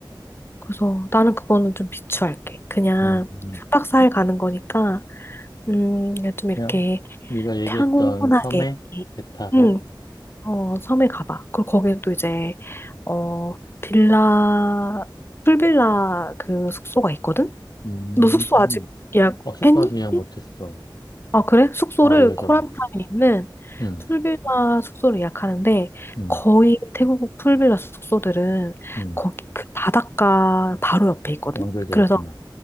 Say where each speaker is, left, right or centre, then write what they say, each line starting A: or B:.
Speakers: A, on the left (about 30°); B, on the left (about 50°).
A: 그래서 나는 그거는 좀 비추할게. 그냥
B: 음, 음.
A: 삼박사일 가는 거니까 음, 좀 이렇게
B: 그냥, 네가 얘기했던
A: 평온하게,
B: 섬에 배 타고,
A: 응, 어, 섬에 가봐. 그리고 거기에 또 이제, 어, 빌라, 풀빌라 그 숙소가 있거든?
B: 음,
A: 너 숙소
B: 음.
A: 아직 예약했니?
B: 버스까지 그냥 못했어.
A: 아, 그래? 숙소를
B: 어, 알려줘봐.
A: 코란타에 있는
B: 음,
A: 풀빌라 숙소를 예약하는데
B: 음,
A: 거의 태국 풀빌라 숙소들은
B: 음.
A: 거기 그 바닷가 바로 옆에 있거든?
B: 연결돼
A: 그래서
B: 있구나.